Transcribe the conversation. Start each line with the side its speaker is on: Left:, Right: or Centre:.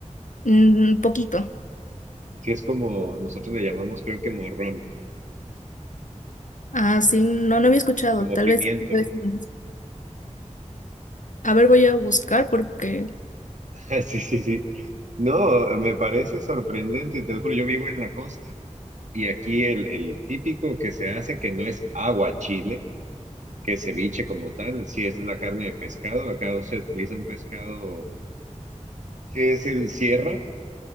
Left: Un poquito.
Right: Sí es como nosotros le llamamos, creo que morrón,
Left: Ah, sí, no, no había escuchado.
Right: como
Left: Tal
Right: pimiento.
Left: vez, tal vez no. A ver, voy a buscar porque.
Right: <laughs> Ah, Sí, sí, sí. No, me parece sorprendente, te lo juro, yo vivo en la costa y aquí el, el típico que se hace, que no es aguachile, que es ceviche como tal, sí, esa es la carne de pescado, acá se utiliza un pescado que es el sierra,